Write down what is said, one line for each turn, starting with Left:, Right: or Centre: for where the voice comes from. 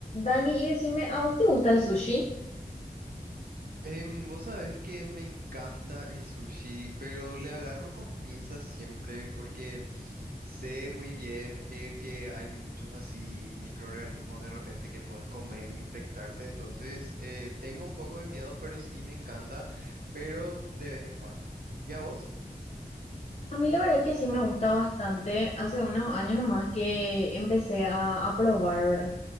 Left: Dani, y decime, ¿a vos te gusta el sushi?
Right: Em, vos sabés que me encanta el sushi, pero le agarro con pinzas siempre porque sé muy bien eh, que hay muchos así microorganismos de repente que puedes comer e infectarte, entonces eh, tengo un poco de miedo, pero sí me encanta, pero de vez en cuando. ¿Y a vos?
Left: A mí la verdad que sí me gusta bastante. Hace unos años nomás que empecé a, a probar, ¿verdad?